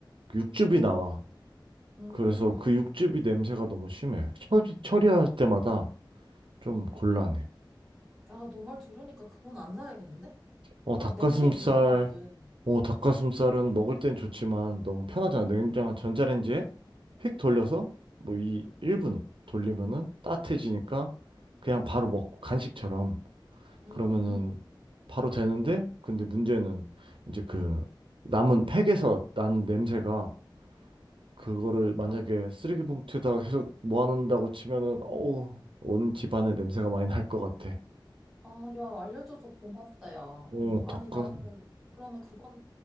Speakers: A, on the right; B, in the centre.
A: 육즙이 나와.
B: 음.
A: 그래서 그 육즙이 냄새가 너무 심해. 처리, 처리할 때마다 좀 곤란해.
B: 야, 너 말 들으니까 그건 안 사야겠는데?
A: 어,
B: 나
A: 닭가슴살,
B: 냄새에 민감하거든.
A: 어, 닭가슴살은 먹을 땐 좋지만 너무 편하잖아. 냉장, 전자레인지에 휙 돌려서 뭐 이 1분 돌리면은 따뜻해지니까 그냥 바로 먹고 간식처럼
B: 음,
A: 그러면은
B: 음.
A: 바로 되는데 근데 문제는 이제 그 남은 팩에서 나는 냄새가 그거를 만약에
B: 아,
A: 쓰레기 봉투에다가
B: 음.
A: 계속 모아놓는다고 치면은 어우, 온 집안에 냄새가 많이 날 것 같아.
B: 아, 야, 알려줘서 고맙다, 야. 어,
A: 어, 닭가슴,
B: 아니, 나는, 그러면 그건